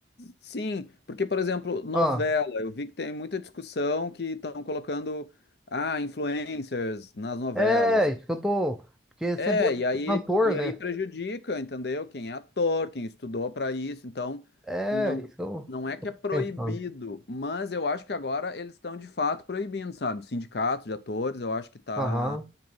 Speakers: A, on the left; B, in the centre.
A: sim. Porque, por exemplo, novela,
B: Ah,
A: eu vi que tem muita discussão que estão colocando, ah, influencers nas novelas.
B: é, isso que eu tô. Porque você
A: É,
B: é meio
A: e aí,
B: cantor,
A: e
B: né?
A: aí prejudica, entendeu? Quem é ator, quem estudou para isso. Então,
B: É,
A: não,
B: isso que eu
A: não é que é
B: tô
A: proibido,
B: pensando.
A: mas eu acho que agora eles estão de fato proibindo, sabe? Sindicatos de atores, eu acho que tá.
B: Aham.